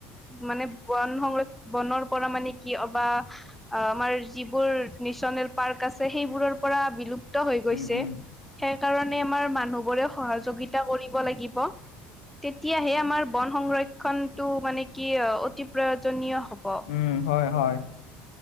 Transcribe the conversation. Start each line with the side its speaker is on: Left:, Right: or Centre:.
Centre: মানে, বন সং, বনৰ পৰা মানে কিয় কিবা অ' আমাৰ যিবোৰ নেশনেল পাৰ্ক আছে, সেইবোৰৰ পৰা বিলুপ হৈ গৈছে,
Left: উম উম উম
Centre: সেই কাৰণে আমাৰ মানুহবোৰে সহযোগিতা কৰিব লাগিব।
Left: <inaudible>
Centre: তেতিয়াহে আমাৰ বন সংৰক্ষনটো মানে কি, অ' অতি প্ৰয়োজনীয় হ'ব।
Left: উম, হয়, হয়,